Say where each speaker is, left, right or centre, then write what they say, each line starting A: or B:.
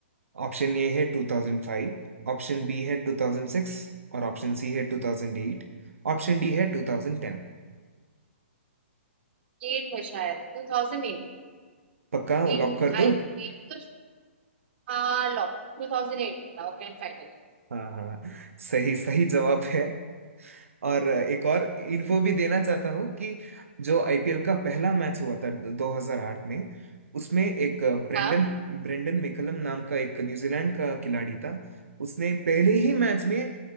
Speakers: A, on the right; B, on the right.
A: ऑप्शन ए है 2005 ऑप्शन बी है 2006 और ऑप्शन सी है 2008 ऑप्शन डी है 2010
B: एट है शायद two thousand eight
A: पक्का
B: in
A: लॉक कर
B: IPL
A: दो
B: तो हाँ लॉक टू थाउजेंड एट था ओके एंड फाइनल
A: हाँ हाँ सही सही जवाब है और एक और इन्फो भी देना चाहता हूँ कि जो आईपीएल का पहला मैच हुआ था 2008 में उसमें एक ब्रेंडन
B: हाँ
A: ब्रेंडन मैकलम नाम का एक न्यूजीलैंड का खिलाड़ी था उसने पहले ही मैच में